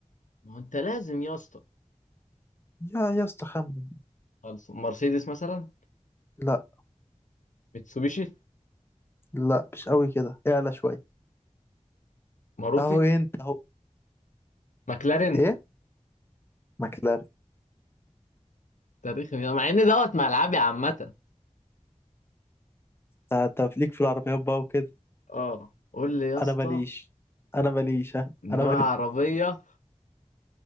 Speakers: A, on the left (about 85°); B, on the left (about 20°).
A: ما هو انت لازم يا اسطى
B: يا يا اسطى خمن
A: خلاص مرسيدس مثلا
B: لا
A: ميتسوبيشي
B: لا مش قوي كده اعلى شوية
A: ماروتي
B: اهو انت اهو
A: ماكلارين
B: ايه ماكلارين
A: تاريخ مع ان دوت ملعبي عامه
B: انت أنت ليك في العربيات بقى وكده.
A: اه قول لي يا اسطى
B: انا ماليش انا ماليش ها انا
A: نوع
B: ماليش
A: عربيه